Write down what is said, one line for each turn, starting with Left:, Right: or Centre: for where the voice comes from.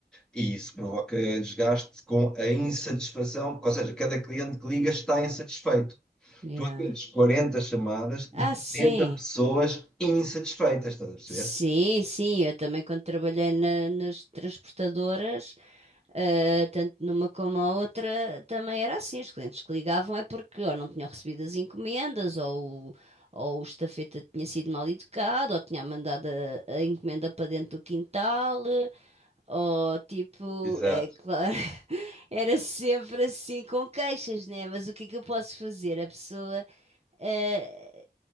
Centre: E isso provoca desgaste com a insatisfação, ou seja, cada cliente que liga está insatisfeito.
Right: Yeah.
Centre: Tu atendes 40 chamadas de
Right: Ah,
Centre: 40
Right: sim.
Centre: pessoas insatisfeitas, estás a perceber?
Right: Sim, sim. Eu também quando trabalhei na- nas transportadoras, Uh, tanto numa como a outra também era assim. Os clientes que ligavam é porque ou não tinham recebido as encomendas, ou, o- ou o estafeta tinha sido mal educado, ou tinha mandado a, a encomenda para dentro do quintal, ou tipo,
Centre: Exato.
Right: é claro, <laughs> era sempre assim com queixas, né? Mas o que é que eu posso fazer? A pessoa, uh,